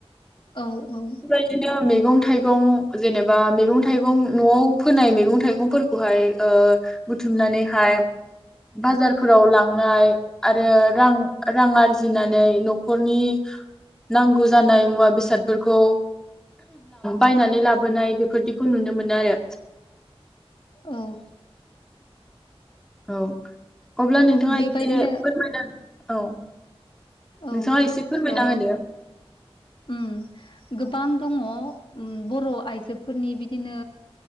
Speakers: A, on the left (about 55°); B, in the centre.
A: औ औ
B: बेबायदिनो मैगं थाइगं जेनेबा मैगं थाइगं न'आव फोनाय मैगं थाइगंफोरखौहाय ओ बुथुमनानैहाय बाजारफोराव लांनाय आरो रां रां आरजिनानै न'खरनि नांगौ जानाय मुवा बेसादफोरखौ बायनानै लाबोनाय बेफोरदिखौ नुनो मोनो आरो
A: औ
B: औ अब्ला नोंथाङा
A: बेबायदिनो
B: एसे फोरमायना औ
A: औ
B: नोंथाङा एसे फोरमायना
A: ओ
B: होदो
A: उम गोबां दङ उम बर' आइजोफोरनि बिदिनो